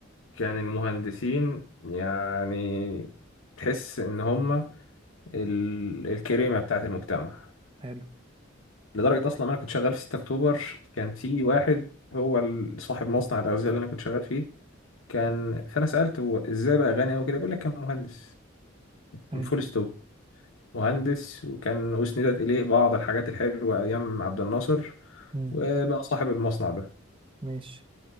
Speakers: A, on the left (about 80°); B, on the right (about 25°).
A: كان المهندسين يعني تحس ان هم ال- الكريمه بتاعه المجتمع
B: حلو
A: لدرجه اصلا انا كنت شغال في 6 اكتوبر كان في واحد هو ال- صاحب مصنع الاغذيه اللي انا كنت شغال فيه كان فانا سالته هو ازاي بقى غني قوي كده بيقول لك كان مهندس
B: حلو
A: فول ستوب مهندس وكان اسندت اليه بعض الحاجات الحلوه ايام عبد الناصر
B: مم.
A: وبقى صاحب المصنع ده
B: ماشي